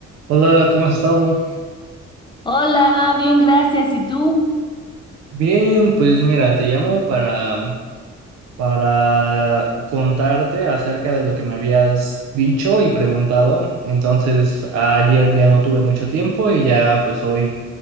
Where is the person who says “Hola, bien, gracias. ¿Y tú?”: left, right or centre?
Left